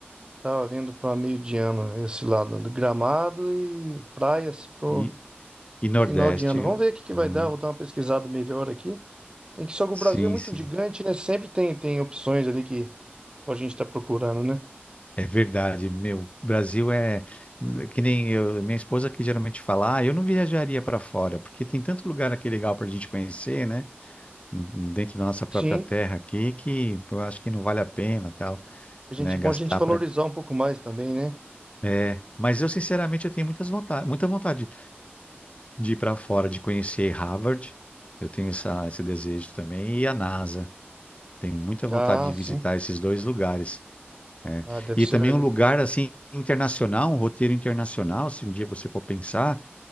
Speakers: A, on the right; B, on the left.
A: tava vendo para meio de ano esse lado do Gramado e praias pro,
B: E, e
A: pro
B: Nordeste,
A: final de ano.
B: eu-
A: Vamos ver o que que
B: ah,
A: vai dar, vou dar uma pesquisada melhor aqui. Tem que só que o
B: sim,
A: Brasil é muito
B: sim,
A: gigante, né? Sempre tem tem opções ali que que a gente está procurando, né?
B: é verdade. Meu, Brasil é que nem eu, minha esposa que geralmente fala, ah, eu não viajaria para fora, porque tem tanto lugar aqui legal para a gente conhecer, né? Dentro da nossa própria
A: Sim.
B: terra aqui, que eu acho que não vale a pena, tal,
A: A gente
B: né? Gastar
A: bom a gente valorizar
B: para
A: um pouco mais também, né?
B: É, mas eu sinceramente eu tenho muitas vontade, muita vontade de ir para fora, de conhecer Harvard. Eu tenho essa, esse desejo também e a NASA. Tenho muita vontade
A: Ah,
B: de visitar
A: sim.
B: esses dois lugares. é.
A: Ah, deve
B: E
A: ser.
B: também um lugar assim internacional, um roteiro internacional. Se um dia você for pensar,